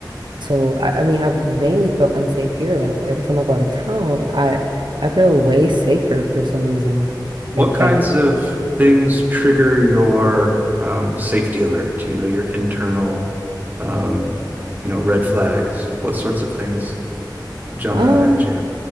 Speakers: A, on the right; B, on the right.
A: So I, I mean, I've mainly felt unsafe here. Like every time I go out of town, I I feel way safer for some reason.
B: What
A: Like
B: kinds
A: like
B: of things trigger your um, safety alert? You know, your internal, um, you know, red flags. What sorts of things jump
A: um,
B: out at you?